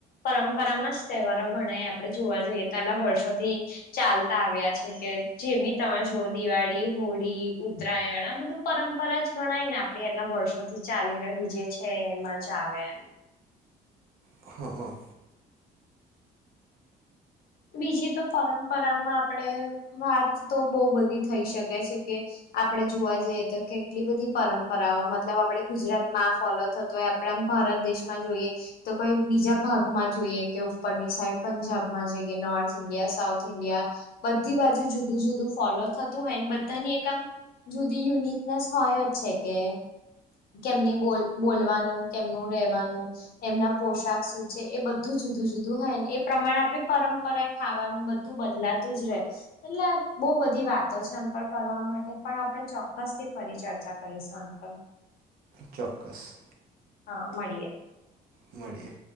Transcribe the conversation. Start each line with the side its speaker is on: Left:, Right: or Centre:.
Left: પરંપરામાં જ તહેવારો ગણાય આ. આપડે જોવા જઈએ, આટલા વર્ષોથી ચાલતા આવ્યા છે કે, જે બી તમે જો દિવાળી, હોળી, ઉત્તરાયણ આ બધું પરંપરા જ ગણાય ને? આપણે એટલા વર્ષોથી ચાલી રહી જે છે, એમાં જ આવે એમ.
Right: હ હ.
Left: બીજી તો પરંપરામાં આપણેે વાત બો બધી થઈ શકે છે કે. આપડે જોવા જઈએ તો, કેટલી બધી પરંપરાઓ, મતલબ આપડે ગુજરાતમાં આ ફોલો થતો હોય. આમ ભારત દેશમાં જોઇએ. તો કોઈ બીજા ભાગમાં જોઈએ કે ઉપરની સાઈડ પંજાબમાં જઇ કે નોર્થ ઈન્ડિયા, સાઉથ ઇડિયા બધી બાજુ જુદું જુદું ફોલો થતું હોયન, બધાની એક આમ જુદી યુનિકનેસ હોય જ છે કે કેમની બોલ બોલવાનું, કેમનું રહેવાનું એમના પોશાક શું છે, એ બધું જુદું જુદું હોય ને એ પ્રમાણે આપડે પરંપરા ખાવાનું બધું બદલાતું જ રહે છે. એટલે બો બધી વાતો છે આન પર કરવા માટે, પણ આપણે ચોક્કસથી ફરી ચર્ચા કરીશું આન પર.
Right: ચોક્કસ.
Left: હા, મળીએે.
Right: મળીએ.